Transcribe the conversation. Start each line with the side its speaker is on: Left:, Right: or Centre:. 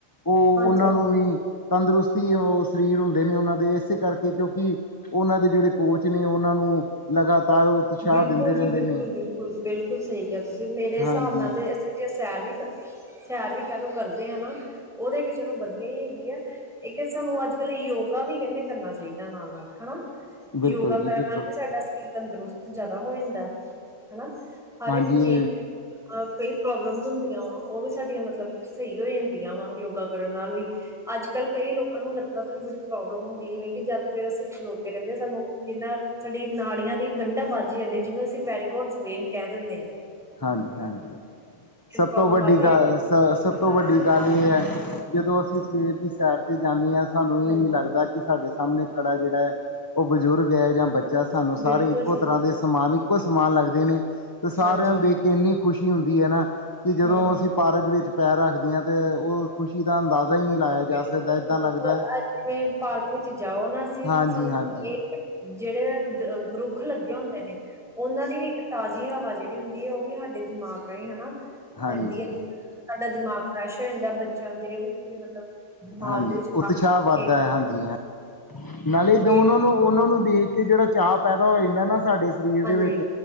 Left: ਉਹ
Centre: ਹਾਂਜੀ
Left: ਉਹਨਾਂ
Centre: ਹਾਂਜੀ
Left: ਨੂੰ ਵੀ, ਤੰਦਰੁਸਤੀ ਉਹ ਸਰੀਰ ਹੁੰਦੇ ਨੇ, ਉਹਨਾਂ ਦੇ ਇਸੇ ਕਰਕੇ ਕਿਉਂਕਿ ਉਹਨਾਂ ਦੇ ਜਿਹੜੇ ਕੋਚ ਨੇ ਉਹਨਾਂ ਨੂੰ ਲਗਾਤਾਰ, ਉਤਸ਼ਾਹ
Centre: ਬਿਲਕੁਲ
Left: ਦਿੰਦੇ
Centre: ਜੀ
Left: ਰਹਿੰਦੇ
Centre: ਬਿਲਕੁਲ,
Left: ਨੇ।
Centre: ਬਿਲਕੁਲ-ਬਿਲਕੁਲ, ਸਹੀ ਕਿਹਾ ਤੁਸੀਂ ਮੇਰੇ ਹਿਸਾਬ
Left: ਹਾਂਜੀ
Centre: ਨਾਲ ਤੇ ਜ ਸੈਰ ਵੀ ਸੈਰ ਵੀ ਕਹਿਲੋ ਕਰਦੇ, ਆ ਨਾ ਉਹ ਤਾਂ ਇੱਕ ਚਲੋ, ਵਧੀਆ ਹੀ ਹੈਗੀ ਆ। ਇੱਕ ਸਾਨੂੰ ਅੱਜ-ਕੱਲ੍ਹ ਯੋਗਾ ਵੀ ਕਹਿੰਦੇ ਕਰਨਾ ਚਾਹੀਦਾ, ਨਾਲ-ਨਾਲ ਹੈ ਨਾ
Left: ਬਿਲਕੁਲ
Centre: ਯੋਗਾ
Left: ਜੀ
Centre: ਕਰਨ
Left: ਬਿਲਕੁਲ
Centre: ਨਾਲ ਵੀ ਸਾਡਾ ਤੇ ਤੰਦਰੁਸਤ ਜਿਆਦਾ ਹੋ ਜਾਂਦਾ ਹਨਾ, ਹਰ
Left: ਹਾਂਜੀ
Centre: ਇੱਕ ਚੀਜ਼ ਅ ਕਈ ਪ੍ਰੋਬਲਮਸ ਹੁੰਦੀਆਂ, ਵਾ ਉਹ ਵੀ ਸਾਡੀਆਂ ਮਤਲਬ ਸਹੀ ਹੋ ਜਾਂਦੀਆਂ ਵਾ, ਯੋਗਾ ਕਰਨ ਨਾਲ ਵੀ ਅੱਜ-ਕੱਲ੍ਹ ਕਈ ਲੋਕਾਂ ਨੂੰ ਲੱਤਾਂ ਤੋਂ ਵੀ ਬੜੀ ਪ੍ਰੋਬਲਮ ਹੁੰਦੀ, ਜਿਵੇਂ ਕਿ ਜ਼ਿਆਦਾਤਰਰ ਅਸੀਂ ਖਲੋਤੇ ਰਹਿੰਦੇ, ਸਾਨੂੰ ਜਿੰਨਾ ਸਾਡੀ ਨਾੜੀਆਂ ਦੀ ਗੰਢਾਂ ਬਾਜੀ ਜਾਂਦੀ ਆ, ਜਿਹਨੂੰ ਅਸੀਂ ਵੈਰੀਕੋਨਸ ਵੇਨ ਕਹਿ ਦਿੰਦੇ ਹਾਂ।
Left: ਹਾਂਜੀ-ਹਾਂਜੀ ਸਭ
Centre: ਪ੍ਰੋਬਲਮ
Left: ਤੋਂ ਵੱਡੀ
Centre: ਵੱਧਦੀ
Left: ਗੱਲ,
Centre: ਹੈ।
Left: ਸ ਸਭ ਤੋਂ ਵੱਡੀ ਗੱਲ ਇਹ ਹੈ, ਜਦੋਂ ਅਸੀਂ ਸਵੇਰ ਦੀ ਸੈਰ ਜਾਂਦੀ ਐ, ਸਾਨੂੰ ਇਹ
Centre: ਹਾਂਜੀ
Left: ਨੀ ਲੱਗਦਾ ਕਿ, ਸਾਡੇ ਸਾਹਮਣੇ ਖੜਾ ਜਿਹੜਾ ਹੈ, ਉਹ ਬਜ਼ੁਰਗ ਹੈ ਜਾਂ ਬੱਚ ਸਾਨੂੰ ਸਾਰੇ
Centre: ਬਿਲਕੁਲ
Left: ਇੱਕੋ
Centre: ਜੀ
Left: ਤਰ੍ਹਾਂ ਦੇ ਸਮਾਨ ਇੱਕੋ ਸਮਾਨ ਲੱਗਦੇ ਨੇ ਤੇ ਸਾਰਿਆਂ
Centre: ਹਾਂਜੀ
Left: ਕਿ ਇੰਨੀ ਖੁਸ਼ੀ ਹੁੰਦੀ ਹੈ ਨਾ, ਕਿ ਜਦੋਂ
Centre: ਹੂੰ ਹੂੰ
Left: ਅਸੀਂ ਪਾਰਕ ਵਿੱਚ ਪੈਰ ਰੱਖਦੇ ਹਾਂ ਤੇ ਉਹ ਖੁਸ਼ੀ ਦਾ ਅੰਦਾਜ਼ਾ ਹੀ ਨਹੀਂ ਲਾਇਆ ਜਾ
Centre: ਬਿਲਕੁਲ
Left: ਸਕਦਾ, ਏਦਾਂ ਲੱਗਦਾ ਹੈ।
Centre: ਅੱਜ ਜਿਵੇਂ ਪਾਰਕ ਵਿੱਚ ਜਾਓ ਨਾ ਅਸੀਂ
Left: ਹਾਂਜੀ
Centre: ਸਾਨੂੰ
Left: ਹਾਂਜੀ
Centre: ਇਹ ਜਿਹੜੇ ਰੁੱਖ ਲੱਗੇ ਹੁੰਦੇ ਨੇ, ਉਹਨਾਂ ਦੀ ਵੀ ਇੱਕ ਤਾਜ਼ੀ ਹਵਾ ਜਿਹੜੀ ਹੁੰਦੀ ਹੈ, ਉਹ ਵੀ ਸਾਡੇ ਦਿਮਾਗ ਰਾਹੀਂ ਹਨਾ।
Left: ਹਾਂਜੀ
Centre: ਰੈਂਦੀ ਹੈ, ਸਾਡਾ ਦਿਮਾਗ ਫਰੈਸ਼ ਹੋ ਜਾਂਦਾ ਬੱਚਿਆਂ ਦੇ ਵਿੱਚ ਵੀ ਮਤਲਬ ਦਿਮਾਗ
Left: ਹਾਂਜੀ
Centre: ਦੇ ਵਿੱਚ
Left: ਉਤਸ਼ਾਹ
Centre: ਕਾਫੀ
Left: ਵੱਧਦਾ ਹੈ, ਹਾਂਜੀ ਹਾਂ ਨਾਲੇ
Centre: ਤੇ
Left: ਉਹਨਾਂ ਨੂੰ ਉਹਨਾਂ ਨੂੰ ਦੇਖ। ਕਿ ਜਿਹੜਾ ਚਾਹ ਪੈਦਾ ਹੋ ਜਾਂਦਾ ਨਾ, ਸਾਡੇ ਸਰੀਰ
Centre: ਹਾਂਜੀ
Left: ਦੇ ਵਿੱਚ